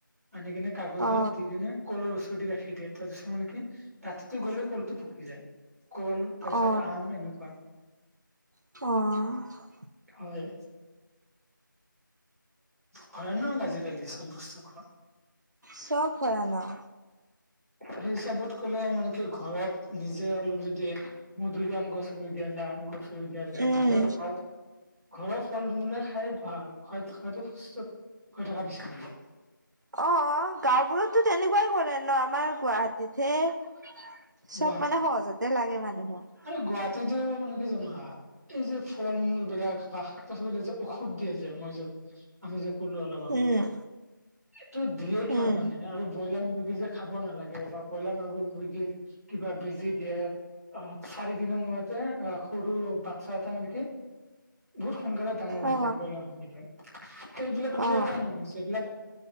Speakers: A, in the centre; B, on the right.
A: আনি কিনে কাগজত
B: অ
A: দি কিনে কলৰ ওচৰত দি ৰাখি দিয়ে তাৰপিছত মানে কি ৰাতিটো গ'লে কলটো পকি যায়। কল তাৰপিছত
B: অ
A: আম এনেকুৱা।
B: অ'
A: হয়, ভয়ানক আজিকালি। বস্তু খোৱা।
B: চব ভয়ানক।
A: সেই হিচাপত ক'লে মানে কি ঘৰত নিজে অলপ যদি মধুৰিআম গছ ৰুই দিয়া যায়, আম গছ ৰুই দিয়া যায়
B: উম
A: নিজৰ ঘৰত। ঘৰৰ ফল মূলে খাই ভাল <unintelligible> সুস্থ হৈ থকা বিচাৰোঁ।
B: অ', গাঁওবোৰতো তেনেকুৱাই কৰে ন? আমাৰ গুৱাহাটীতহে
A: গুৱাহাটী
B: চব মানে সহজতে লাগে মানুহক।
A: আৰু গুৱাহাটীতো মানে কি জানা? এই যে, ফল মূল বিলাক বা শাক পাচলিবিলাক যে, ঔষধ দিয়ে যে, মই যে আমি যে, ক'লো অলপ আগত
B: উম
A: এইটো দিয়ে কিহৰ
B: উম
A: কাৰনে? আৰু ব্ৰইলাৰ মুৰ্গী যে খাব নালাগে বা ব্ৰইলাৰ মাগৰ মুৰ্গীৰ কিবা বেজি দিয়ে। অ', চাৰি দিনৰ মূৰতে যে, অ', সৰু বাচ্ছা এটা মানে কি বহুত সোনকালে ডাঙৰ হৈ
B: অ
A: যায় ব্ৰইলাৰ মূৰ্গীটো সেইবিলাক কিহৰ
B: অ
A: কাৰনে হৈছে এইবিলাক